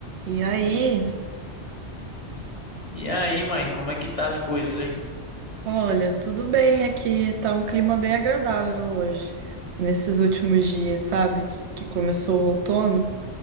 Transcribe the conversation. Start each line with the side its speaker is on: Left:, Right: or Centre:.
Right: E aí,
Left: E aí, mãe, como é que tá as coisas, hein?
Right: olha, tudo bem aqui, tá um clima bem agradável hoje. Nesses últimos dias, sabe, que que começou o outono,